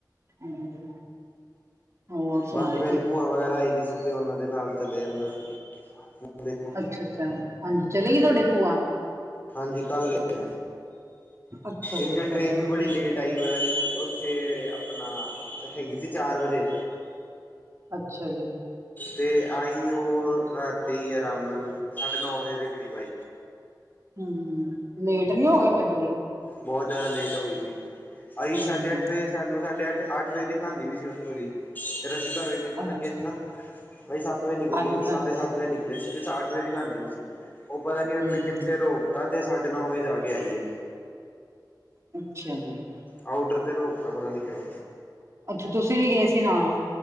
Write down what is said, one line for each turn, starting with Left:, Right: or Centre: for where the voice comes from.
Right: ਹਾਂਜੀ ਹੋਰ ਸੁਣਾਓ
Left: ਬਾਕੀ ਮੇਰੀ
Right: ਜੀ
Left: ਭੂਆ ਵਗੈਰਾ ਆਈ ਦੀ ਸੀ ਤੇ ਉਹਨਾਂ ਦੇ ਨਾਲ ਚਲੇ ਜਾਂਦਾ ਸੀ ਦੇਖੋ
Right: ਅੱਛਾ ਅੱਛਾ ਹਾਂਜੀ ਚਲੇ
Left: ਹੂੰ
Right: ਗਏ ਤੁਹਾਡੇ ਭੂਆ
Left: ਹਾਂਜੀ ਕੱਲ ਗਏ ਨੇ
Right: ਅੱਛਾ ਜੀ
Left: ਇੱਥੇ
Right: ਅੱਛਾ
Left: ਟ੍ਰੇਨ
Right: ਜੀ
Left: ਵੀ ਬੜੀ
Right: ਠੀਕ
Left: ਲੇਟ ਢਾਈ ਵਜਾ ਨੀ ਉੱਥੇ ਆਪਣਾ ਹੈਗੀ ਸੀ ਚਾਰ ਵਜੇ
Right: ਅੱਛਾ ਜੀ
Left: ਤੇ ਆਈ ਉਹ ਰਾਤੀ ਆਰਾਮ ਨਾਲ ਸਾਢੇ ਨੌ ਵਜੇ ਦੇ ਕਰੀਬ ਆਈ
Right: ਹਮ ਲੇਟ ਨੀ ਹੋਏ ਫੇਰ ਬੜੀ
Left: ਬਹੁਤ ਜ਼ਿਆਦਾ ਲੇਟ ਹੋ ਗਏ ਸੀ ਅਸੀਂ
Right: ਹਾਂਜੀ
Left: ਸਾਡੇ ਅੱਠ ਵਜੇ ਸਾਨੂੰ ਸਾਡੇ ਅੱਠ ਅੱਠ ਵਜੇ ਦਿਖਾਂਦੀ ਵੀ ਸੀ ਉੱਥੋਂ ਦੀ ਫਿਰ ਅਸੀਂ ਘਰੋਂ ਨਿਕਣ ਲੱਗੇ
Right: ਅੱਛ
Left: ਸੀ ਨਾ ਅਸੀਂ ਸੱਤ ਵਜੇ ਨਿਕਲ
Right: ਹਾਂਜੀ-ਹਾਂਜੀ
Left: ਗਏ ਸਾਢੇ ਸੱਤ ਵਜੇ ਨਿਕਲੇ ਸੀ ਤੇ ਅੱਠ ਵਜੇ ਘਰ ਗਏ ਸੀ। ਉਹ ਪਤਾ ਨੀ ਉਹਨਾਂ
Right: ਹੂੰ
Left: ਨੇ ਕਿੱਥੇ ਰੋਕ ਤਾਂ ਤੇ ਸਾਡੇ ਨੌ ਵਜੇ ਜਾ ਕੇ ਆਈਏ।
Right: ਅੱਛਾ ਜੀ।
Left: ਆਊਟਰ ਤੇ ਰੋਕ ਤਾਂ ਪਤਾ ਨੀ ਕਿਉਂ
Right: ਅੱਛਾ। ਤੁਸੀਂ ਵੀ ਗਏ ਸੀ ਨਾਲ।